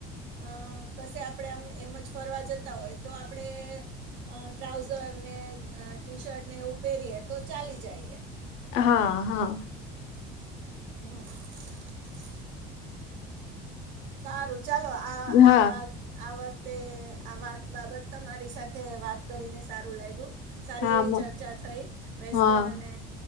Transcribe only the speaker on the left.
હા હા.
હા
હા
હા